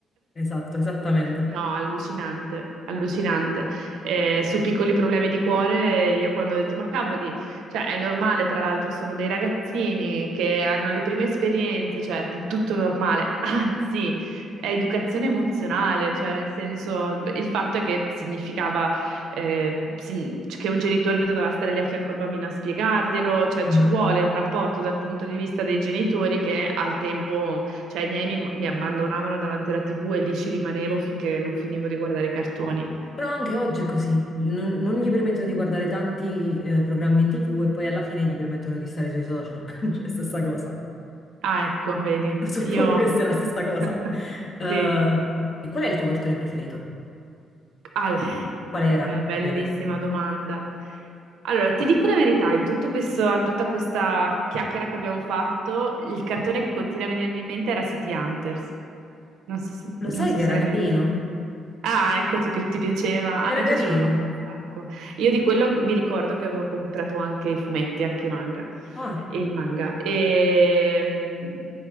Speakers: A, on the left; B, on the right.
A: Esatto, esattamente.
B: No, allucinante, allucinante. Eh, su piccoli problemi di cuore, eh, io quando ho detto, ma cavoli, cioè è normale, tra l'altro sono dei ragazzini che hanno le prime esperienze, cioè t- tutto normale, anzi, è educazione emozionale, cioè nel senso, beh, il fatto è che significava eh, si- che un genitore doveva stare lì a fianco al bambino a spiegarglielo, cioè
A: Mhm.
B: ci vuole un apporto dal punto di vista dei genitori che al tempo, cioè i miei mi, mi abbandonavano davanti alla TV e lì ci rimanevo finché non finivo di guardare i cartoni.
A: Però anche oggi è così, non, non gli permettono di guardare tanti eh, programmi in TV e poi alla fine gli permettono di stare sui social, <laughs> cioè stessa cosa.
B: Ah, ecco, vedi,
A: Suppongo
B: io...
A: che sia la stessa cosa.
B: <laughs>
A: Eh,
B: Sì.
A: e qual è il tuo cartone preferito?
B: Ale,
A: Qual era,
B: è bellissima
A: ovviamente?
B: domanda. Allora, ti dico la verità, in tutto questo, tutta questa chiacchiera che abbiamo fatto, il cartone che continua a venirmi in mente era City Hunters. Non so se,
A: Lo sai
B: non so
A: che
B: se
A: era
B: l'hai
A: carino?
B: mai visto. Ah, ecco, ti, pi- ti piaceva. A
A: Era
B: me
A: carino.
B: piaceva proprio un sacco. Io di quello mi ricordo che avevo comprato anche i fumetti, anche i manga.
A: Ah,
B: E il manga. E...